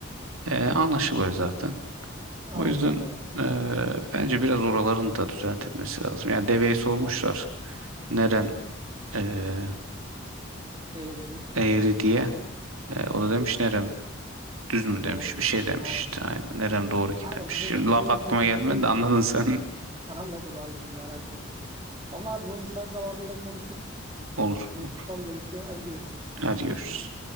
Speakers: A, on the right; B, on the right.
A: Ee, anlaşılıyor zaten.
B: Aynen
A: O yüzden
B: öyle.
A: ee, bence biraz oraların da düzeltilmesi lazım. Yani deveye sormuşlar
B: Vallahi
A: neren ee,
B: değeri değil.
A: eğri diye. E, o da demiş nerem
B: <laughs>
A: düz mü demiş
B: Doğru ki.
A: bir şey demiş
B: Aynen.
A: işte aynen nerem doğru ki
B: Aynen
A: demiş.
B: bizim
A: Şimdi
B: de bizim
A: laf aklıma
B: ligde de,
A: gelmedi
B: de-
A: de anladın sen.
B: <laughs> anladım anladım merak etme. Vallahi bunu müsait zamanda yine konuşuruz.
A: <laughs> Olur
B: Benim
A: olur.
B: çıkmam gerekiyor. Hadi görüşürüz.
A: Hadi görüşürüz.